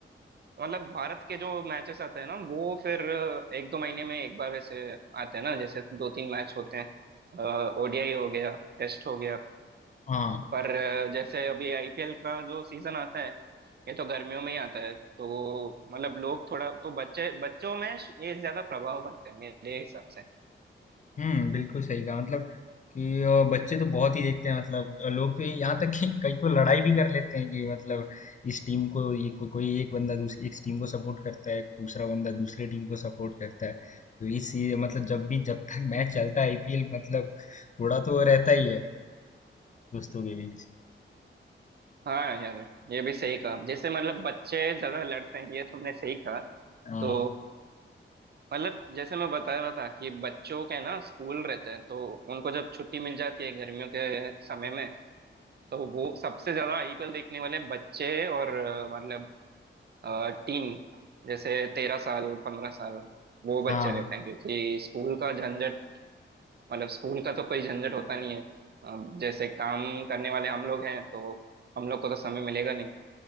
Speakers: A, on the right; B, on the left.
A: मतलब भारत के जो मैचेस आते हैं ना वो फिर एक दो महीने में एक बार वैसे आते हैं ना जैसे दो तीन मैच होते हैं ओडीआई हो गया टेस्ट हो गया
B: हाँ
A: पर अ, जैसे अभी आईपीएल का जो सीजन आता है ये तो गर्मियों में ही आता है तो मतलब लोग थोड़ा तो बच्चे बच्चों में ये ज्यादा प्रभाव पड़ते हैं मेरे हिसाब से
B: हुँ, बिल्कुल सही कहा मतलब कि अ, बच्चे तो बहुत ही देखते हैं मतलब अ, लोग तो ये यहाँ तक कि <laughs> कई तो लड़ाई भी कर लेते हैं कि मतलब इस टीम को ये को, कोई एक बंदा दूसरी इस टीम को सपोर्ट करता है, दूसरा बंदा दूसरे टीम को सपोर्ट करता है। तो इस ये मतलब जब भी जब तक <laughs> मैच चलता है आईपीएल मतलब थोड़ा तो रहता ही है दोस्तों के बीच।
A: हाँ यार ये भी सही कहा जैसे मतलब बच्चे ज्यादा लड़ते हैं ये तुमने सही कहा
B: हाँ,
A: तो मतलब जैसे मैं बता रहा था कि बच्चों के ना स्कूल रहते हैं तो उनको जब छुट्टी मिल जाती है गर्मियों के समय में तो वो सबसे ज्यादा आईपीएल देखने वाले बच्चे और अ, मतलब टीन जैसे तेरह साल पंद्रह साल वो बच्चे
B: हाँ,
A: रहते हैं क्योंकि स्कूल का झंझट मतलब स्कूल का तो कोई झंझट होता नहीं है अ, जैसे काम करने वाले हम लोग हैं तो हम लोग को तो समय मिलेगा नहीं